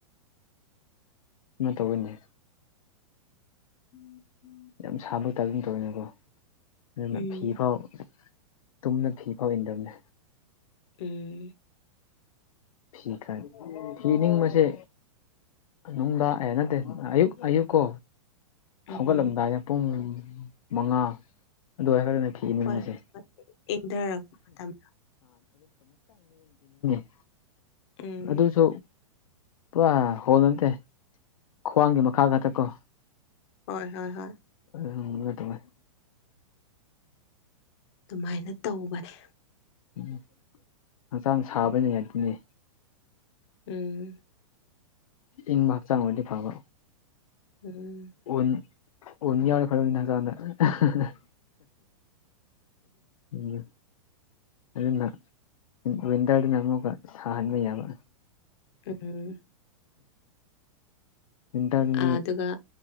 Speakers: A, on the left (about 80°); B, on the left (about 50°).
A: ꯃꯥꯏ ꯇꯧꯌ‌ꯦꯅꯦ
B: <unintelligible>
A: ꯌꯥꯝ ꯁꯥꯕꯩ ꯇꯥꯞ ꯑꯗꯨꯝ ꯇꯧꯌ‌ꯦꯅ‌ꯦꯀꯣ ꯑꯗꯨꯅ
B: ꯎꯝ
A: ꯐꯤ ꯐꯥꯎ ꯇꯨꯝꯅ ꯐꯤꯐꯧ ꯏꯟꯗꯕꯅꯦ
B: ꯎꯝ
A: ꯐꯤ ꯈꯥꯏ ꯐꯤ ꯅꯤꯡꯕꯁꯦ ꯅꯨꯡꯗꯥꯡ ꯑꯦ ꯅꯠꯇꯦ ꯑꯌꯨꯛ ꯑꯌꯨꯛ ꯀꯣ
B: ꯎꯝ
A: ꯍꯧꯒꯠꯂꯝꯗꯥꯏꯗ ꯄꯨꯡ ꯃꯉꯥ ꯑꯗꯨꯋꯥꯏ‌ ꯈꯔ ꯐꯤꯅꯤꯡꯕꯁꯦ
B: ꯍꯣꯏ ꯍꯣꯏ ꯏꯪꯊꯔꯛꯄ ꯃꯇꯝ
A: <unintelligible>
B: ꯎꯝ
A: ꯑꯗꯨꯁꯨ ꯄꯨꯔꯥ ꯍꯣꯜ ꯅꯠꯇꯦ ꯈ꯭ꯋꯥꯡꯒꯤ ꯃꯈꯥ ꯈꯛꯇꯀꯣ
B: ꯍꯣꯏ ꯍꯣꯏ ꯍꯣꯏ
A: <unintelligible>
B: ꯑꯗꯨꯃꯥꯏꯅ ꯇꯧꯕꯅꯦ
A: ꯎꯝ ꯍꯛꯆꯥꯡ ꯁꯥꯕꯅ ꯌꯥꯗꯦꯅꯦ
B: ꯎꯝ
A: ꯏꯪꯕ ꯍꯛꯆꯥꯡ ꯑꯣꯏꯔꯗꯤ ꯐꯥꯕ
B: ꯎꯝ
A: ꯎꯟ ꯎꯟ ꯌꯥꯎꯔꯗꯤ ꯐꯗꯧꯅꯤ ꯍꯛꯆꯥꯡꯗ <unintelligible> ꯎꯝ ꯑꯗꯨꯅ ꯋꯤꯟꯇꯔꯗꯨꯅ ꯑꯃꯨꯛꯀ ꯁꯥꯍꯟꯕ ꯌꯥꯕ
B: ꯎꯝ
A: ꯋꯤꯟꯇꯔ ꯗꯗꯤ
B: ꯑꯗꯨꯒ
A: ꯑꯤꯏ